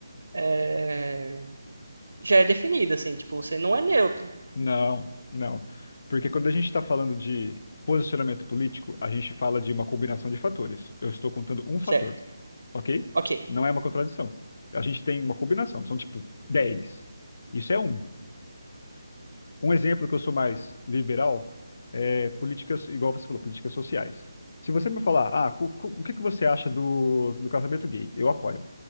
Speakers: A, on the right; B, on the left.
A: é, já é definida, assim, tipo, você não é neutro,
B: Não, não. Porque quando a gente está falando de posicionamento político, a gente fala de uma combinação de fatores. Eu estou contando um
A: certo?
B: fator, ok?
A: Ok,
B: Não é uma contradição. A gente tem uma combinação, são tipo 10. Isso é um. Um exemplo que eu sou mais liberal é políticas, igual você falou, políticas sociais. Se você me falar, ah, cu- cu- o que que você acha do, do casamento gay? Eu apoio.